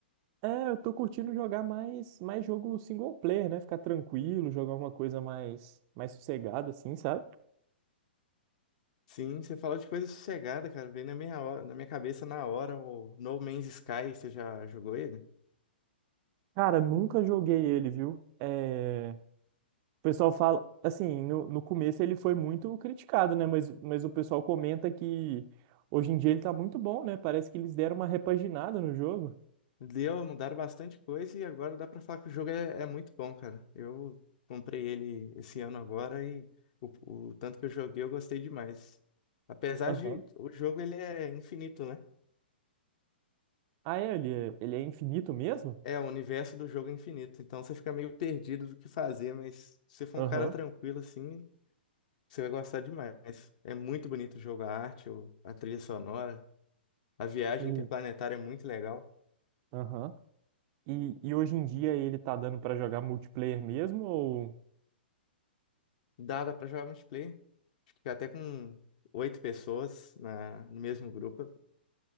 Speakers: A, on the right; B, on the left.
A: É, eu tô curtindo jogar mais, mais jogo single player, né? Ficar tranquilo, jogar uma coisa mais, mais sossegada, assim, sabe?
B: Sim, você falou de coisa sossegada, cara. Veio na minha, hora- na minha cabeça na hora o No Man's Sky, você já jogou ele?
A: Cara, nunca joguei ele, viu? É... O pessoal fala, assim, no, no começo ele foi muito criticado, né? Mas, mas o pessoal comenta que hoje em dia ele tá muito bom, né? Parece que eles deram uma repaginada no jogo.
B: Deu, mudaram bastante coisa e agora dá pra falar que o jogo é, é muito bom, cara. Eu comprei ele esse ano agora e o, o tanto que eu joguei eu gostei demais. Apesar
A: Aham.
B: de o jogo ele é infinito, né?
A: Ah, é? Ele é, ele é infinito mesmo?
B: É, o universo do jogo é infinito, então você fica meio perdido do que fazer, mas se você for
A: Aham.
B: um cara tranquilo assim, Você vai gostar demais. É muito bonito o jogo, a arte, o- a trilha sonora. A viagem
A: Hum.
B: interplanetária é muito legal.
A: Aham. E, e hoje em dia ele tá dando pra jogar multiplayer mesmo ou...
B: Dá, dá pra jogar multiplayer. Acho que até com oito pessoas na, no mesmo grupo.